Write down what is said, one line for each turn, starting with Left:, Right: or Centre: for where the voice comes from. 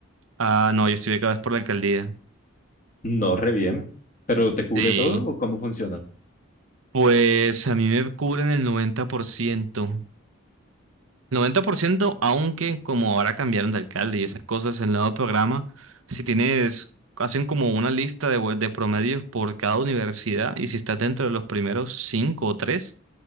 Right: Ah, no, yo estoy becado es por la alcaldía.
Left: No, re bien. ¿Pero te cubre
Right: Sí.
Left: todo o cómo funciona?
Right: Pues a mí me cubren el 90%. noventa por ciento aunque como ahora cambiaron de alcalde y esas cosas, el nuevo programa, si tienes, hacen como una lista de, we- de promedios por cada universidad y si estás dentro de los primeros cinco o tres,